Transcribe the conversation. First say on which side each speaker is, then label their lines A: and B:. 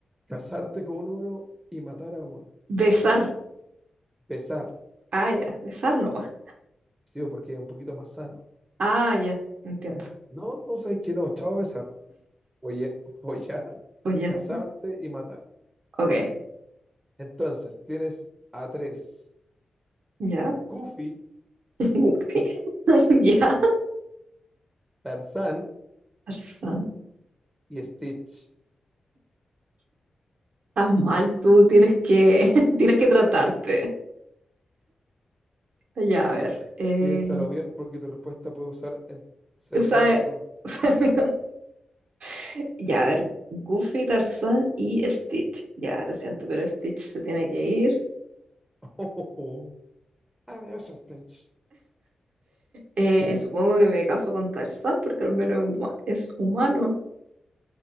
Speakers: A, on the right; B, on the right.
A: casarte con uno y matar a uno.
B: Besar.
A: Besar,
B: Ah, ya. Besar nomás.
A: sí, porque es un poquito más sano.
B: Ah, ya. Entiendo.
A: No, no sabes que no. Chao, besar. Folle- <laughs> follar,
B: Oye,
A: casarte y matar.
B: ok.
A: Entonces, tienes a tres.
B: Ya.
A: Goofy,
B: <laughs> Uy. <laughs> Ya.
A: Tarzán
B: Tarzán,
A: y Stitch.
B: estás mal tú. Tienes que, <laughs> tienes que tratarte. Ya, a ver. Eh,
A: Piénsalo bien porque tu respuesta puede usar en- ser
B: usa,
A: usado en tu contra.
B: usa mi- <laughs> Ya, a ver. Goofy, Tarzán y Stitch. Ya, lo siento, pero Stitch se tiene que ir.
A: <laughs> Adiós, Stitch.
B: Eh, supongo que me caso con Tarzán porque al menos es huma- es humano.